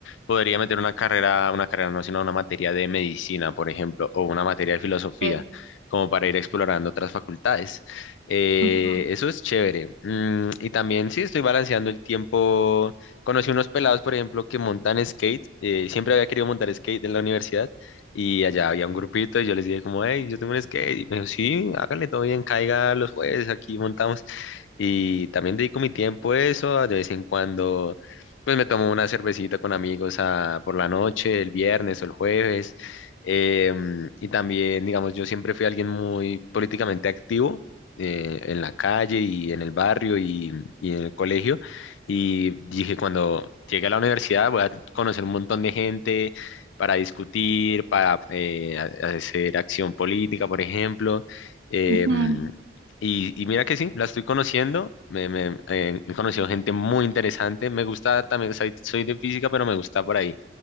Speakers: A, on the left (about 75°); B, on the right (about 70°).
A: podría meter una carrera, una carrera no, sino una materia de medicina, por ejemplo, o una materia de filosofía
B: Sí.
A: como para ir explorando otras facultades. Eh,
B: ujú,
A: eso es chévere. Mm, y también sí estoy balanceando el tiempo. Conocí unos pelados, por ejemplo, que montan skate. eh, siempre había querido montar skate en la universidad y allá había un grupito y yo les dije como, hey, yo tengo un skate. Y me dijo, sí, hágale todo bien, caiga los jueves, aquí montamos. Y también dedico mi tiempo a eso, de vez en cuando, pues me tomo una cervecita con amigos ah, por la noche, el viernes o el jueves. Eh, y también, digamos, yo siempre fui alguien muy políticamente activo eh, en la calle y en el barrio y, y en el colegio. Y dije, cuando llegue a la universidad voy a conocer un montón de gente para discutir, para eh, ha- hacer acción política, por ejemplo. Em,
B: ujú.
A: y, y mira que sí, la estoy conociendo, me, me- eh, he conocido gente muy interesante, me gusta también, soy, soy de física, pero me gusta por ahí